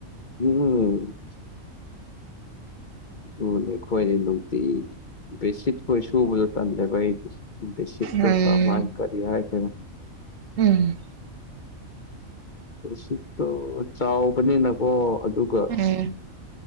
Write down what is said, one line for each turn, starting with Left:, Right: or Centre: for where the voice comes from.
Left: ꯎꯝ ꯑꯗꯨꯨꯅꯦ ꯑꯩꯈꯣꯏꯗꯤ ꯅꯨꯡꯇꯤ ꯕꯦꯠꯁꯤꯠ ꯈꯣꯏ ꯁꯨꯕꯗꯣ ꯇꯟꯂꯦꯕ ꯑꯩꯗꯤ ꯕꯦꯠꯁꯤꯠꯇꯣ
Right: ꯎꯝ
Left: ꯀꯃꯥꯏ ꯀꯔꯤ ꯍꯥꯏꯗꯣꯏꯅꯣ
Right: ꯎꯝ
Left: ꯕꯦꯠꯁꯤꯠꯇꯣ ꯆꯥꯎꯕꯅꯤꯅꯀꯣ ꯑꯗꯨꯒ
Right: ꯎꯝ